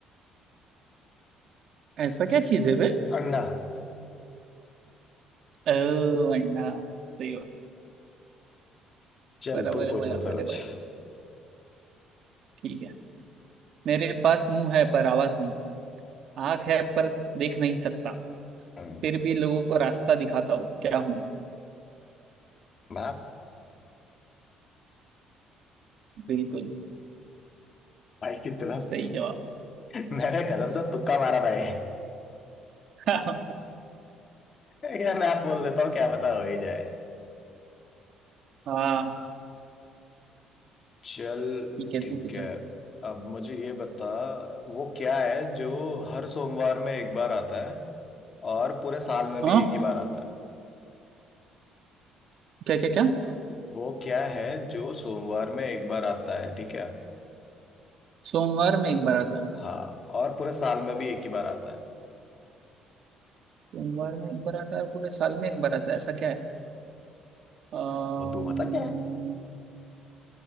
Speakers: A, on the right; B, on the left.
A: ऐसा क्या चीज है बे
B: अंडा
A: ओ अंडा सही हो
B: चल
A: बराबर
B: तू
A: है,
B: पूछ
A: बराबर
B: मुझसे कुछ
A: है, बराबर ठीक है मेरे पास मुंह है पर आवाज नहीं आंख है पर देख नहीं सकता
B: हम्म
A: फिर भी लोगों को रास्ता दिखाता हूँ क्या हूँ मैं?
B: मैं
A: बिल्कुल
B: भाई कितना
A: सही जवाब
B: <laughs> मैंने कदम से तुक्का मारा था ये
A: <laughs>
B: <laughs> यार मैं आप बोल देता हूँ क्या पता हो ही जाए
A: हाँ
B: चल
A: ठीक है
B: ठीक
A: तू पूछो
B: है अब मुझे ये बता वो क्या है जो हर सोमवार में एक बार आता है और पूरे साल में भी
A: हाँ
B: एक ही बार आता है
A: क्या क्या क्या
B: वो क्या है जो सोमवार में एक बार आता है ठीक है
A: सोमवार में एक बार आता है
B: हाँ और पूरे साल में भी एक ही बार आता है
A: सोमवार में एक बार आता है और पूरे साल में एक बार आता है ऐसा क्या है अम्म,
B: वो तू बता क्या है